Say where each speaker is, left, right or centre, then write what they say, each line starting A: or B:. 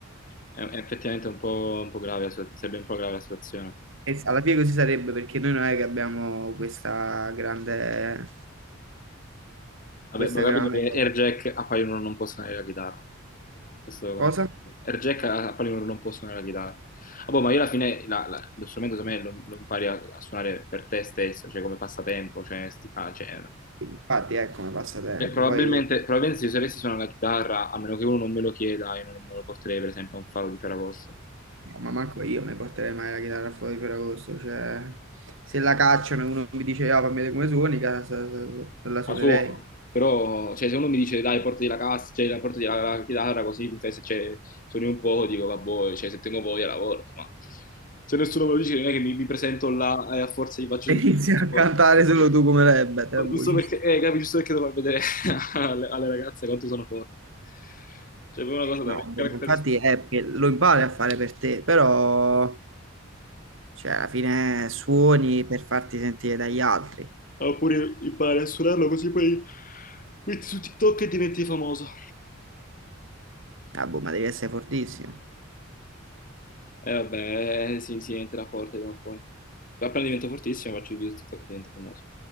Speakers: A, on the left; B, on the right.
A: È, è effettivamente un po', un po' grave, la situa- sarebbe un po' grave la situazione.
B: E alla fine così sarebbe perché noi non è che abbiamo questa grande,
A: Vabbè,
B: questa
A: ma ho
B: grande
A: capito che
B: co-
A: Air Jack a Palinuro non può suonare la chitarra. Questo
B: cosa.
A: come Air Jack a a Palinuro non può suonare la chitarra. Ah, boh, ma io alla fine la- la- lo strumento secondo me lo, lo impari a, a suonare per te stesso, cioè come passatempo, cioè, sti fa- cioè, eh,
B: Infatti, ecco, mi passa tempo.
A: cioè, probabilmente,
B: Poi,
A: probabilmente se io sapessi suonare la chitarra, a meno che uno non me lo chieda, io non me lo porterei per esempio a un fado di Ferragosto.
B: no, ma manco io mi porterei mai la chitarra fuori per agosto. Cioè, se la cacciano e uno mi dice, ah, fammi vedere come suoni, casa, la suonerei.
A: la suono,
B: <laughs>
A: però cioè, se uno mi dice dai, portati la cassa, cioè, la- portati la, la chitarra così mi fai se cioè, suoni un po', dico vabbè, cioè, se tengo voglia la porto, ma se nessuno me lo dice non è che mi, mi presento là e a forza gli faccio
B: E
A: sentire
B: inizi
A: solo,
B: a cantare solo tu come Rebbe, te la buci.
A: giusto perché, eh, capi, giusto perché devo far vedere <laughs> alle, alle ragazze quanto sono forte. Cioè, è proprio una cosa
B: No,
A: da character.
B: infatti è che lo impari a fare per te, però cioè, alla fine suoni per farti sentire dagli altri.
A: Oppure impari a suonarlo così poi metti su TikTok e diventi famoso.
B: Ah, boh, ma devi essere fortissimo.
A: Eh vabbè, eh, sì, sì, diventerà forte prima o poi. Appena divento fortissimo faccio il video su TikTok e divento famoso.